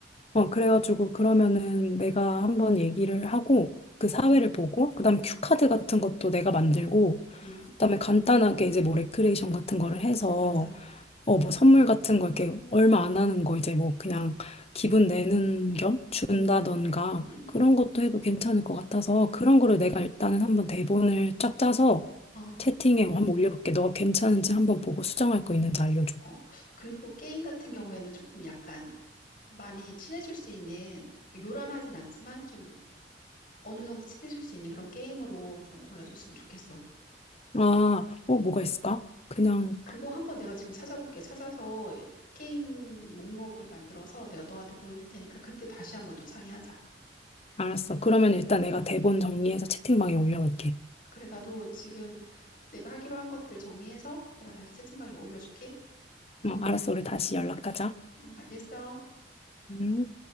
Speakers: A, on the left; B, on the left.
A: 어, 그래가지고 그러면은 내가 한번 얘기를 하고, 그 사회를
B: 음,
A: 보고, 그다음에 큐카드
B: 음,
A: 같은 것도 내가 만들고,
B: 음.
A: 그다음에 간단하게 이제 뭐 레크레이션 같은 거를 해서
B: 어 맞아.
A: 어, 뭐 선물 같은 거 이렇게 얼마 안 하는 거 이제 뭐 그냥
B: 어,
A: 기분 내는 겸 준다던가
B: 음, 음,
A: 그런 것도 해도 괜찮을 것 같아서 그런 거를 내가 일단은 한번 대본을 쫙 짜서
B: 어, 어,
A: 채팅에 한번 올려볼게. 너가 괜찮은지 한번 보고 수정할 거 있는지 알려줘.
B: 어. 그리고 게임 같은 경우에는 조금 약간 많이 친해질 수 있는 요란하진 않지만 좀 어느 정도 친해질 수 있는 그런 게임으로 좀 골라줬으면 좋겠어.
A: 아, 어, 뭐가 있을까? 그냥
B: 그거 한번 내가 지금 찾아볼게. 찾아서 게임 목록을 만들어서 내가 너한테 보여줄 테니까 그때 다시 한번 또 상의하자.
A: 알았어. 그러면 일단 내가 대본 정리해서 채팅방에 올려볼게.
B: 그래, 나도 지금 내가 하기로 한 것들 정리해서 내가 다시 채팅방에 올려줄게.
A: 어, 알았어. 우리 다시 연락하자.
B: 응, 알겠어.
A: 음.